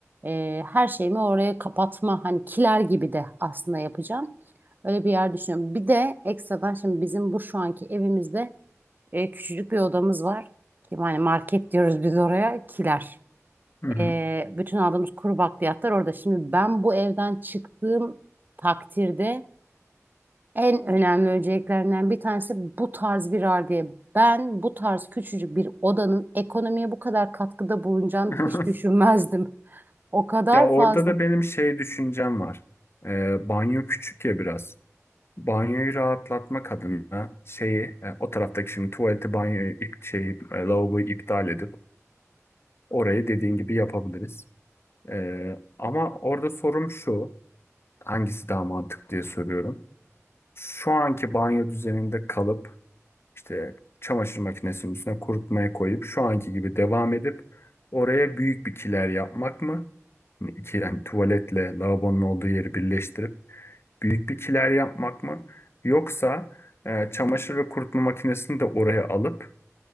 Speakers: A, on the right; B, on the left.
A: e, her şeyimi oraya kapatma hani kiler gibi de aslında yapacağım. Öyle bir yer düşünüyorum. Bir de ekstradan şimdi bizim bu şu anki evimizde e, küçücük bir odamız var. Ki hani market diyoruz biz oraya kiler.
B: Hı hı.
A: Ee, bütün aldığımız kuru bakliyatlar orada. Şimdi ben bu evden çıktığım takdirde en önemli önceliklerinden bir tanesi bu tarz bir halde. Ben bu tarz küçücük bir odanın ekonomiye bu kadar katkıda bulunacağını
B: <laughs>
A: hiç düşünmezdim. <laughs> O kadar
B: Ya orada
A: fazla.
B: da benim şey düşüncem var. Ee, banyo küçük ya biraz. Banyoyu rahatlatmak adına şeyi e, o taraftaki şimdi tuvaleti banyoyu ip, şeyi e, lavaboyu iptal edip orayı dediğin gibi yapabiliriz. Ee, ama orada sorum şu. Hangisi daha mantıklı diye soruyorum. Şu anki banyo düzeninde kalıp İşte çamaşır makinesinin üstüne kurutmaya koyup şu anki gibi devam edip oraya büyük bir kiler yapmak mı? Yani iki yani tuvaletle lavabonun olduğu yeri birleştirip büyük bir kiler yapmak mı? Yoksa e, çamaşır ve kurutma makinesini de oraya alıp